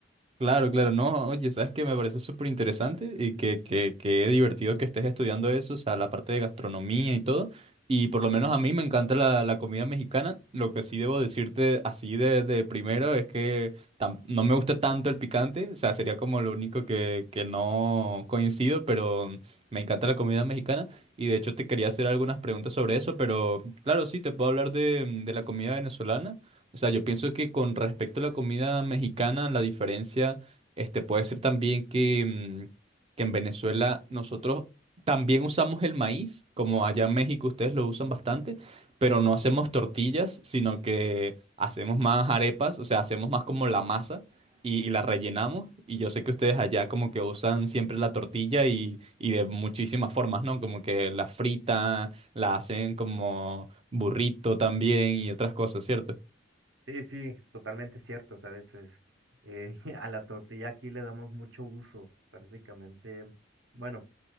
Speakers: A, on the right (about 30°); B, on the right (about 70°).
A: Claro, claro, no, oye, sabes que me parece súper interesante y que, que, que divertido que estés estudiando eso, o sea, la parte de gastronomía y todo. Y por lo menos a mí me encanta la, la comida mexicana. Lo que sí debo decirte así de, de primero es que tam- no me gusta tanto el picante, o sea, sería como lo único que, que no coincido, pero me encanta la comida mexicana. Y de hecho te quería hacer algunas preguntas sobre eso, pero claro, sí, te puedo hablar de, de la comida venezolana. O sea, yo pienso que con respecto a la comida mexicana, la diferencia, este, puede ser también que, mm, que en Venezuela nosotros también usamos el maíz, como allá en México ustedes lo usan bastante, pero no hacemos tortillas, sino que hacemos más arepas, o sea, hacemos más como la masa y, y la rellenamos. Y yo sé que ustedes allá como que usan siempre la tortilla y, y de muchísimas formas, ¿no? Como que la fritan, la hacen como burrito también y otras cosas, ¿cierto?
B: Sí, sí, totalmente cierto, ¿sabes? Es, eh, <laughs> a la tortilla aquí le damos mucho uso, prácticamente. Bueno,